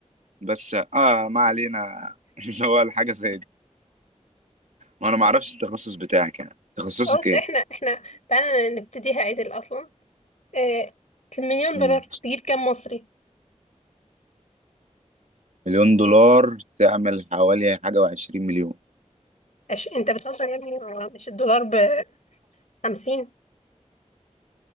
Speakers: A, on the right; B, on the left.
A: بس اه ما علينا <laughs> اللي هو الحاجة زي دي وانا ما اعرفش التخصص بتاعك يعني تخصصك
B: خلاص
A: ايه
B: <laughs> احنا احنا تعالى نبتديها عدل اصلا آه المليون
A: مم.
B: دولار تجيب كام مصري
A: مليون دولار تعمل حوالي حاجة وعشرين مليون
B: عش... انت بتهزر يا ابني هو مش الدولار ب 50